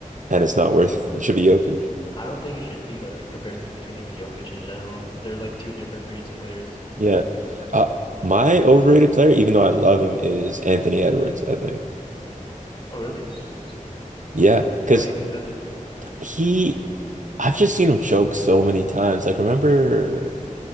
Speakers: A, on the right; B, on the left.
A: and it's not worth <laughs> it. Should be Jokic.
B: I don't think it should be like a comparison between him and Jokic in general. They're like two different breeds of players.
A: Yeah. Uh, my overrated player, even though I love him, is Anthony Edwards, I think.
B: Oh, really? So,
A: Yeah, because
B: why do you think that?
A: he, I've just seen him choke so many times. Like, remember